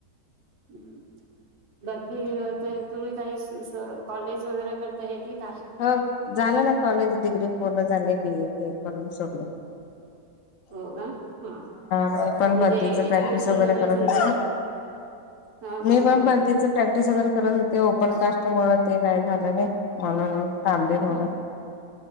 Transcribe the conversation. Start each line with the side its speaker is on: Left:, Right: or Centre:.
Right: <unintelligible> बाकी ते तुम्ही काही असं कॉलेज वगैरे करताय की काय?
Left: हो झालं ना कॉलेज डिग्री पूर्ण झालेय बी ए करून सगळं
Right: <unintelligible> हो का, हा
Left: मी पण
Right: म्हणजे
Left: भरतीच
Right: एज्युकेशन
Left: प्रॅक्टिस
Right: वगैरे
Left: करत
Right: संग
Left: होते
Right: जात हा, हा,
Left: मी पण
Right: हा.
Left: भरतीच प्रॅक्टिस वगैरे करत होते ओपन कास्टमुळ ते काय झालं नाही, म्हणून थांबलय थोडं
Right: हा